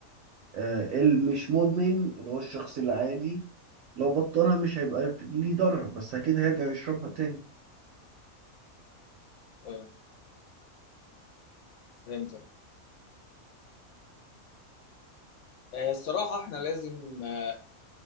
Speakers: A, on the right; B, on the left.
A: آه المش مدمن اللي هو الشخص العادي لو بطلها مش هيبقى ليه ضرر بس أكيد هيرجع يشربها تاني
B: اه فهمت آه، الصراحة احنا لازم آه،